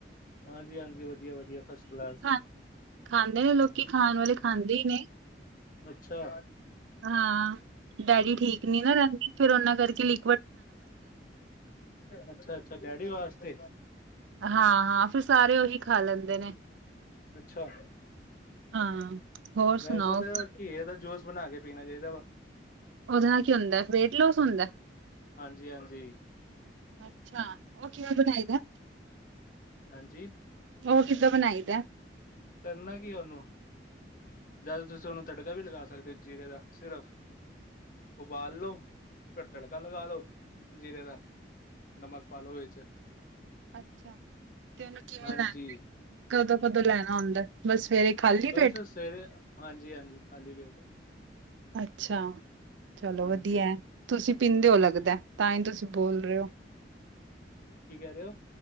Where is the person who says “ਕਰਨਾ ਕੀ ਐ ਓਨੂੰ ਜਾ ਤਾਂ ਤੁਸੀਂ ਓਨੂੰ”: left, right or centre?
Left